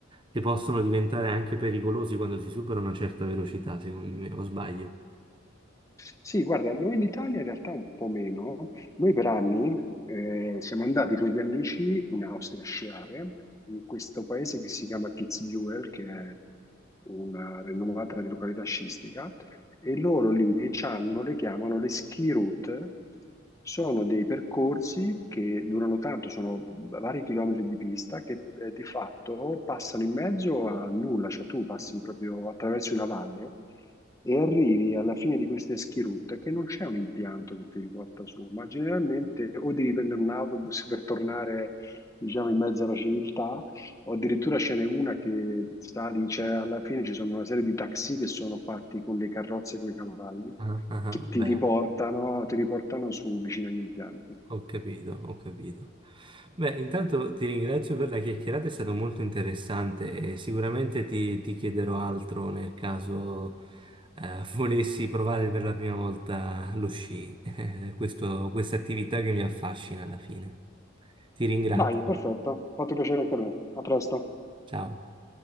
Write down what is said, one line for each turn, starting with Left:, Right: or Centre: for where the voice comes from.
Right: che possono diventare anche pericolosi quando si supera una certa velocità, secondo me, o sbaglio?
Left: Sì, guarda, noi in Italia in realtà un po' meno. Noi per anni eh, siamo andati con gli amici in Austria a sciare, in questo paese che si chiama Kitzbühel, che è una rinomata località sciistica, e loro lì c'hanno, le chiamano le ski route. Sono dei percorsi che durano tanto, sono vari chilometri di pista che eh, di fatto passano in mezzo a nulla, cioè tu passi proprio attraverso una valle e arrivi alla fine di questa schirutta che non c'è un impianto che ti riporta su, ma generalmente o devi prendere un autobus per tornare, diciamo, in mezzo alla civiltà, o addirittura ce n'è una che sali, cioè alla fine ci sono una serie di taxi che sono fatti con le carrozze e coi cavalli,
Right: Ah, ah,
Left: che
Right: ah,
Left: ti
Right: beh,
Left: riportano, ti riportano su vicino agli impianti.
Right: ho capito, ho capito. Beh, intanto ti ringrazio per la chiacchierata, è stato molto interessante e sicuramente ti, ti chiederò altro nel caso eh, <laughs> volessi provare per la prima volta lo sci, <laughs> eh, questo- questa attività che mi affascina alla fine. Ti ringrazio.
Left: Dai, perfetto, fatto piacere anche a me. A presto.
Right: Ciao.